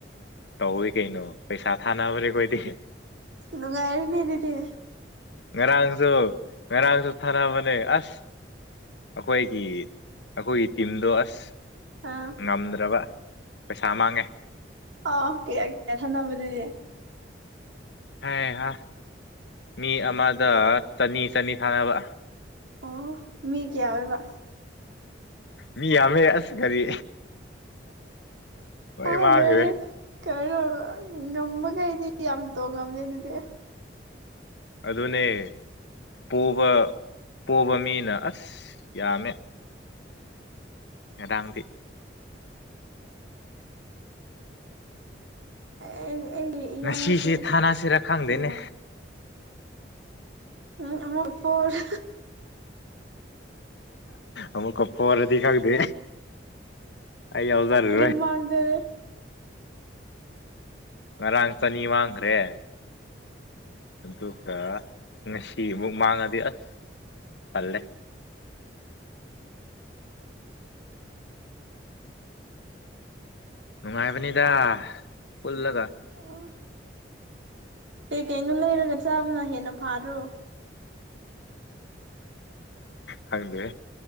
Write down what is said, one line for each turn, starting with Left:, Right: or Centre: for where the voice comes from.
Left: ꯇꯧꯏ ꯀꯩꯅꯣ ꯄꯩꯁꯥ ꯊꯥꯅꯕꯨꯔꯦꯈꯣꯏꯗꯤ
Right: ꯉꯥꯏꯔꯦꯅꯦ ꯑꯗꯨꯗꯤ
Left: ꯉꯔꯥꯡꯁꯨ ꯉꯔꯥꯡꯁꯨ ꯊꯥꯅꯕꯅꯦ ꯑꯁ ꯑꯩꯈꯣꯏꯒꯤ ꯑꯩꯈꯣꯏꯒꯤ ꯇꯤꯝꯗꯣ ꯑꯁ
Right: ꯑꯥ
Left: ꯉꯝꯗ꯭ꯔꯕ ꯄꯩꯁꯥ ꯃꯥꯡꯉꯦ
Right: ꯑ ꯀꯌꯥ ꯀꯌꯥ ꯊꯥꯟꯗꯕꯨꯗꯤꯗꯤ
Left: ꯍꯥꯏ ꯍꯥ ꯃꯤ ꯑꯃꯗ ꯆꯅꯤ ꯆꯅꯤ ꯊꯥꯅꯕ
Right: ꯑꯣ ꯃꯤ ꯀꯌꯥ ꯑꯣꯏꯕ
Left: ꯃꯤ ꯌꯥꯝꯃꯦ ꯑꯁ ꯀꯔꯤ ꯂꯣꯏ
Right: ꯑꯥ
Left: ꯃꯥꯡꯈ꯭ꯔꯦ
Right: ꯂꯣꯏꯔꯦ ꯀꯩꯅꯣ ꯉꯝꯕꯈꯩꯗꯤ ꯌꯥꯝ ꯇꯣꯡꯉꯝꯃꯦ ꯑꯗꯨꯗꯤ
Left: ꯑꯗꯨꯅꯦ ꯄꯣꯕ ꯄꯣꯕ ꯃꯤꯅ ꯑꯁ ꯌꯥꯝꯃꯦ ꯃꯦꯗꯥꯥꯡꯗꯤ
Right: ꯑꯩꯒꯤ ꯏꯌꯥꯝꯕꯁꯨ
Left: ꯉꯁꯤꯁꯦ ꯊꯥꯅꯁꯤꯔ ꯈꯪꯗꯦꯅꯦ
Right: ꯎ ꯎꯝ ꯑꯃꯛꯄꯨꯔ
Left: ꯑꯃꯨꯀ ꯄꯣꯔꯗꯤ ꯈꯪꯗꯦ ꯑꯩ ꯌꯥꯎꯖꯔꯔꯣꯏ
Right: ꯑꯗꯨꯝ ꯃꯥꯟꯅꯔꯦ
Left: ꯉꯔꯥꯡ ꯆꯥꯅꯤ ꯃꯥꯡꯈ꯭ꯔꯦ ꯑꯗꯨꯒ ꯉꯁꯤ ꯑꯃꯨꯛ ꯃꯥꯡꯉꯗꯤ ꯑꯁ ꯇꯜꯂꯦ ꯅꯨꯡꯉꯥꯏꯕꯅꯤꯗ ꯄꯨꯜꯂꯒ
Right: ꯑꯣ ꯀꯩꯀꯩꯅꯣ ꯂꯩꯔꯒ ꯆꯥꯕꯅ ꯍꯦꯟꯅ ꯐꯥꯗ꯭ꯔꯣ
Left: ꯈꯪꯗꯦ